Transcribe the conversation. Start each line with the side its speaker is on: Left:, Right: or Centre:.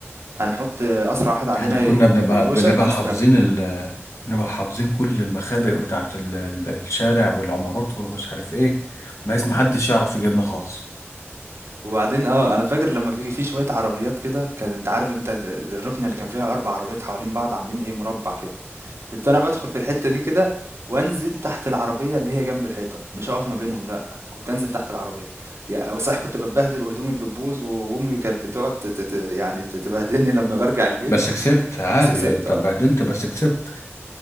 Right: هنحط أسرع واحد عندنا
Left: احنا كنا
Right: ي
Left: بنبقى
Right: يدوشك
Left: بنبقى
Right: ونستخبى.
Left: حافظين ال بنبقى حافظين كل المخابئ بتاعت ال- ال- الشارع والعمارات ومش عارف ايه بحيث محدش يعرف يجيبنا خالص
Right: وبعدين اه انا فاكر لما في في شويه عربيات كده كان انت عارف انت ال- ال- الركنه اللي كان فيها اربع عربيات حوالين بعض عاملين ايه مربع كده كنت انا بدخل في الحته دي كده وانزل تحت العربيه اللي هي جنب الحيطه مش هقف ما بينهم لا كنت انزل تحت العربيه يا صحيح كنت بتبهدل وهدومي بتبوظ و- وامي كانت بتقعد ت- ت- ت- يعني ت- تبهدلني لما برجع البيت
Left: بس كسبت عادي
Right: بس كسبت
Left: يعني انت
Right: اه
Left: اتبهدلت بس كسبت